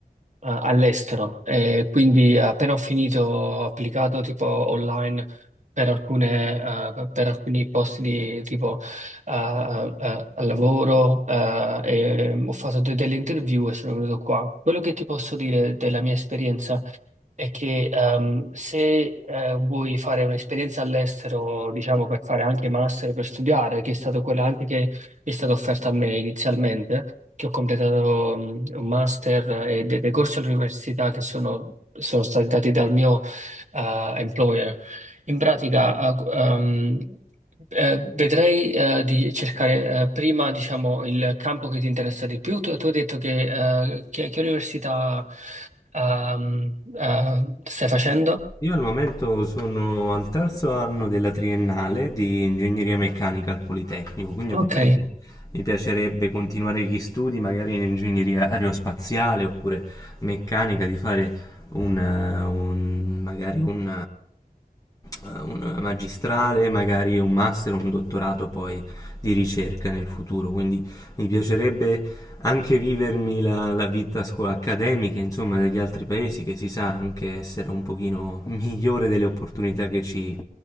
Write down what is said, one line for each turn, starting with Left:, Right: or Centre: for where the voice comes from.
Right: a- all'estero e quindi appena ho finito ho applicato tipo online per alcune, eh, per alcuni posti di tipo eh, eh, al lavoro eh, e ho fatto de- delle interview e sono venuto qua. Quello che ti posso dire della mia esperienza è che ehm, se eh, vuoi fare un'esperienza all'estero, diciamo per fare anche master, per studiare, che è stata quella anche che è stata offerta a me inizialmente, che ho completato mh, un master eh, e dei dei corsi all'università che sono, sono stati dati dal mio eh, employer. In pratica, eh, ehm, eh, vedrei eh, di cercare eh, prima, diciamo, il campo che ti interessa di più. Tu, tu hai detto che, eh, che, che università ehm, eh, stai facendo?
Left: Io al momento sono al terzo anno della triennale di ingegneria meccanica al Politecnico, quindi
Right: Ok.
Left: ovviamente mi piacerebbe continuare gli studi magari in ingegneria aerospaziale oppure meccanica, di fare un, eh, un- magari un, eh, un magistrale, magari un master, un dottorato poi di ricerca nel futuro, quindi mi piacerebbe anche vivermi la, la vita scu- accademica, insomma, degli altri paesi, che si sa anche essere un pochino migliore delle opportunità che, ci,